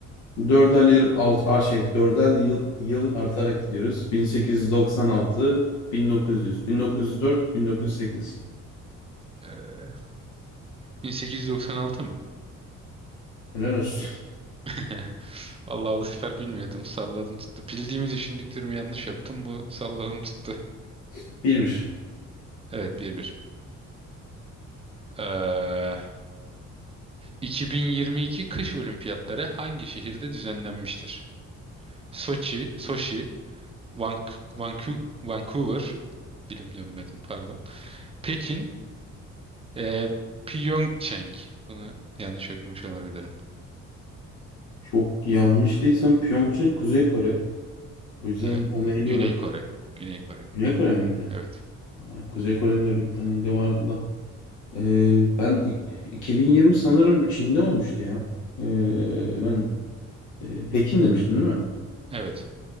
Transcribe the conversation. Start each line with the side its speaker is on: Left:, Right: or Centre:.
Left: Dörder yıl, alt, a, şey, dörder yıl, yıl artarak gidiyoruz. 1896, 1900, 1904, 1908.
Right: Ee, 1896
Left: Helal olsun.
Right: <laughs> Vallahi bu sefer bilmiyordum. Salladım tuttu. Bildiğimi düşündüklerimi yanlış yaptım. Bu salladım tuttu.
Left: <laughs> 1-1.
Right: Evet bir bir Ee, 2022 kış olimpiyatları hangi şehirde düzenlenmiştir? Soçi, Soşi, Vank- Vanku- Vancouver, dilim dönmedi pardon. Pekin, e, Pyeongchang. Bunu yanlış okumuş olabilirim.
Left: Çok yanlış değilsem Pyeongchang Kuzey Kore. O yüzden
Right: Ya,
Left: onu eliyorum.
Right: Güney Kore. Güney Kore.
Left: Güney Kore miydi?
Right: Evet.
Left: Ha, Kuzey Kore'nin öyle bir tane ili vardı da. Ee, ben i- 2020 sanırım Çin'de olmuştu ya. Ee, ben e, Pekin demiştin değil mi?
Right: Evet.